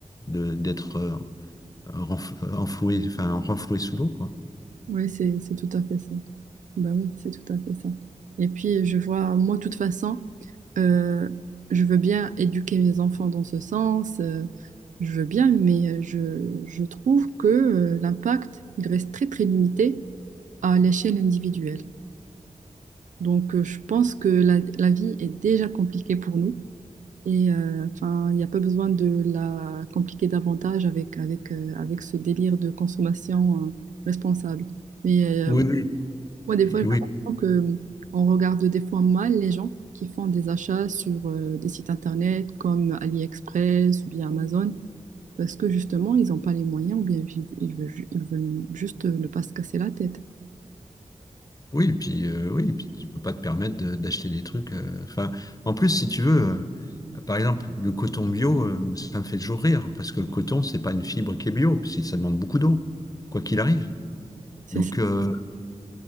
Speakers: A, on the left; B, on the right.
A: de, d'être euh, renf- enfloué, enfin, renfloué sous l'eau, quoi.
B: ouais, c'est, c'est tout à fait ça. Bah oui, c'est tout à fait ça. Et puis, je vois, moi, de toute façon, euh, je veux bien éduquer mes enfants dans ce sens, euh, je veux bien, mais euh, je, je trouve que euh, l'impact, il reste très, très limité à l'échelle individuelle. Donc, euh, je pense que la, la vie est déjà compliquée pour nous. Et euh, enfin, il n'y a pas besoin de la compliquer davantage avec, avec, euh, avec ce délire de consommation euh, responsable. Mais euh,
A: Oui, oui.
B: moi, des
A: Et
B: fois, j'ai
A: oui,
B: l'impression que hum, on regarde des fois mal les gens qui font des achats sur euh, des sites internet comme AliExpress ou bien Amazon parce que justement, ils n'ont pas les moyens ou bien ils, ils veulent, ju- ils veulent juste euh, ne pas se casser la tête.
A: oui, et puis, euh, oui, et puis tu peux pas te permettre de- d'acheter des trucs. euh, Enfin, en plus, si tu veux, euh, par exemple, le coton bio, euh, ça me fait toujours rire, parce que le coton, c'est pas une fibre qui est bio, parce ça demande beaucoup d'eau, quoi qu'il arrive.
B: C'est
A: Donc,
B: ça.
A: euh,